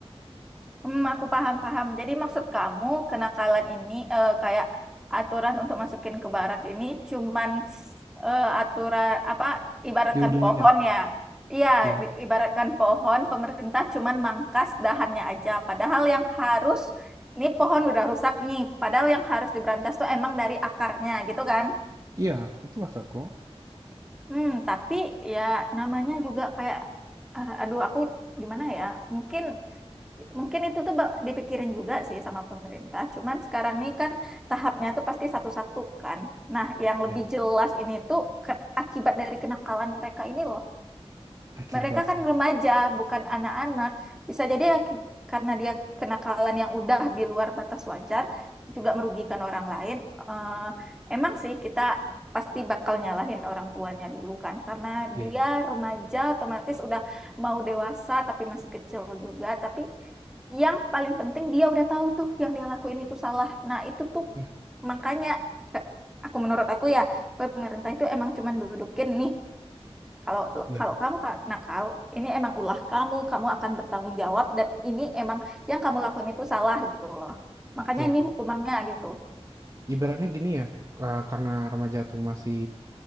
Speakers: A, in the centre; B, on the right.
A: Hmm, aku paham paham. Jadi maksud kamu kenakalan ini eh, kayak aturan untuk masukin ke barak ini cuman eh, aturan apa ibaratkan
B: Di Iya. ujung
A: pohon
B: aja?
A: ya. Iya,
B: Iya.
A: di- ibaratkan pohon pemerintah cuman mangkas dahannya aja. Padahal yang harus ini pohon udah rusak nih. Padahal yang harus diberantas tuh emang dari akarnya gitu kan.
B: Iya, itu maksudku.
A: Hmm, tapi ya namanya juga kayak ah, aduh aku gimana ya? Mungkin Mungkin itu tuh bak- dipikirin juga sih sama pemerintah. Cuman sekarang nih kan tahapnya tuh pasti satu-satu kan. Nah, yang lebih
B: Ya,
A: jelas ini tuh ke- akibat dari kenakalan mereka ini loh
B: akibat
A: mereka kan remaja, bukan anak-anak. Bisa jadi aki- karena dia kenakalan yang udah di luar batas wajar, juga merugikan orang lain. Eh, emang sih kita pasti bakal nyalahin orang tuanya dulu kan, karena
B: iya,
A: dia remaja otomatis udah mau dewasa tapi masih kecil juga. Tapi yang paling penting dia udah tahu tuh yang dia lakuin itu salah. Nah, itu tuh
B: iya
A: makanya aku menurut aku ya pemerintah itu emang cuman dudukin nih kalau
B: iya
A: kalau kamu ka- nakal, ini emang ulah kamu, kamu akan bertanggung jawab dan ini emang yang kamu lakuin itu salah gitu loh. Makanya
B: iya.
A: ini hukumannya gitu.
B: Ibaratnya gini ya, eee, karena remaja tuh masih